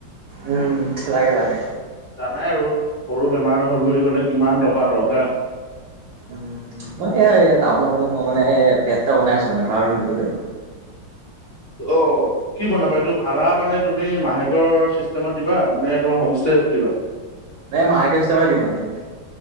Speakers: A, on the right (about 70°); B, on the left (about 40°).
A: উম, লাগে লাগে।
B: জানাই আৰু সৰু বেমাৰ এটা হ'ল বুলি ক'লে কিমান টকা দৰকাৰ
A: উম, মই টাউনৰ ফালে মই মানে, ফ্লেট এটা বনাই আছো মানে ভাড়া ৰুম দিবলৈ।
B: <unintelligible> অ', কি বনাবা এইটো ভাড়া মানে, তুমি মাহেক অৰ, চিষ্টেমত দিবা, নে তোমাৰ হোম ষ্টে খুলিবা?
A: নাই মাৰ কেছ এটা দিম মানে